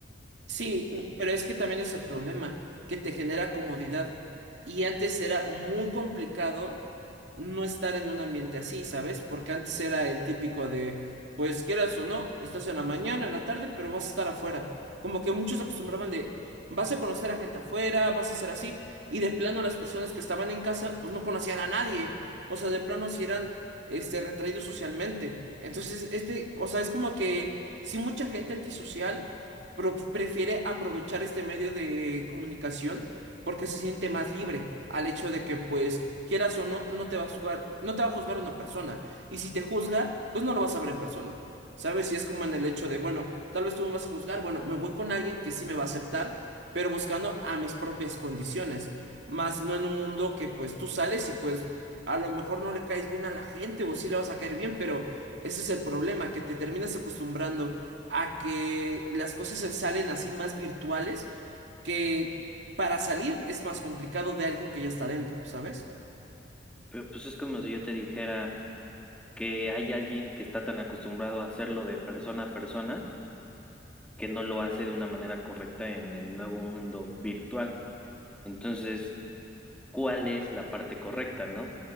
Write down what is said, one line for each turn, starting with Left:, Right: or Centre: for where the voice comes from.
Right: Sí, mm, pero es que también es el problema, que te genera comodidad. Y antes era muy complicado no estar en un ambiente así, ¿sabes? Porque antes era el típico de, pues quieras o no, estás en la mañana, en la tarde, pero vas a estar afuera. Como que muchos acostumbraban de, vas a conocer a gente afuera, vas a ser así. Y de plano las personas que estaban en casa, pues no conocían a nadie. O sea, de plano si eran, este, retraídos socialmente. Entonces, este, o sea, es como que, sí, mucha gente antisocial pro- prefiere aprovechar este medio de comunicación porque se siente más libre al hecho de que pues quieras o no, no te va a juzgar, no te va a juzgar una persona. Y si te juzga, pues no lo vas a ver en persona. ¿Sabes? Y es como en el hecho de, bueno, tal vez tú me vas a juzgar, bueno, me voy con alguien que sí me va a aceptar, pero buscando a mis propias condiciones. Más no en un mundo que pues tú sales y pues a lo mejor no le caes bien a la gente o sí le vas a caer bien, pero ese es el problema, que te terminas acostumbrando a que las cosas se salen así más virtuales, que para salir es más complicado de alguien que ya está dentro, ¿sabes?
Centre: Pero pues es como si yo te dijera que hay alguien que está tan acostumbrado a hacerlo de persona a persona que no lo hace de una manera correcta en el nuevo mundo virtual. Entonces, ¿cuál es la parte correcta, no?